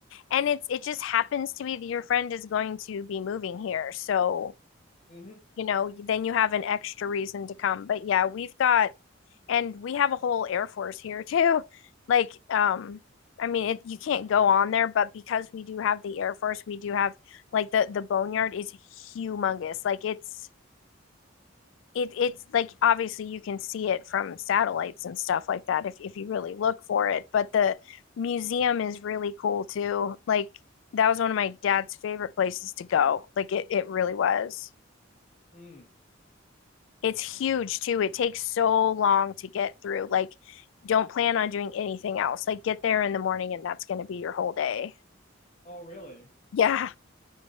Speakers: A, on the left; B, on the left.
A: and it's it just happens to be that your friend is going to be moving here. So
B: Mm-hmm.
A: you know, then you have an extra reason to come. But yeah, we've got, and we have a whole Air Force here <laughs> too. Like, um, I mean, it, you can't go on there, but because we do have the Air Force, we do have like the the boneyard is humongous. Like it's it it's like obviously you can see it from satellites and stuff like that if if you really look for it. But the museum is really cool too. Like that was one of my dad's favorite places to go. Like it it really was.
B: Mm.
A: it's huge too. It takes so long to get through. Like, don't plan on doing anything else. Like, get there in the morning and that's going to be your whole day.
B: Oh, really?
A: Yeah,